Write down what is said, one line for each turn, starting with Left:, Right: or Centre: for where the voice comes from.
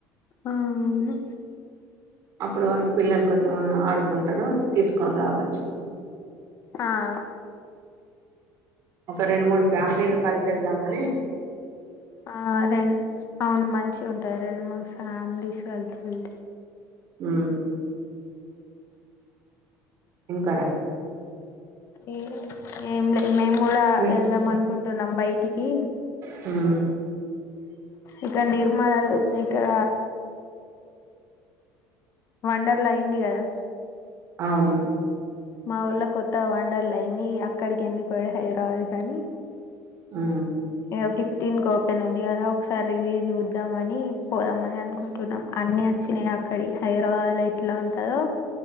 Left: ఆ అవున
Right: అప్పుడు వరకు పిల్లలు కొంచం ఆడుకుంటారు తీసుకొన్ రావచ్చు
Left: ఆ
Right: ఒక రెండు మూడు ఫ్యామిలీలు కలిసి ఎళ్దాంమని
Left: ఆ రెం అవును మంచిగ ఉంటాయ్ రెండు మూడు ఫ్యామిలీస్ కలిసి ఎల్తే
Right: మ్ ఇంకా రా
Left: ఈ ఏం లే మేము కూడా
Right: మీ
Left: ఎళ్దాం అనుకుం నం బాయిటికి
Right: హ్మ్మ్
Left: ఇక్కడ నిర్మల్ ఇక్కడ వండర్లా అయింది కదా
Right: అవును
Left: మా ఊర్ళ కొత్తగ వండర్ల అయింది అక్కడికి ఎందుకు పడి హైదరాబాద్ కానీ
Right: మ్
Left: ఇగ ఫిఫ్టీన్ కి ఓపెన్ ఉంది కదా ఒకసారి రివ్యూ చూద్దాంమని పోదామని అనుకుంటున్నాం అన్ని చ్చినాయి అక్కడి హైదరాబాద్ లో ఎట్లా ఉంటదో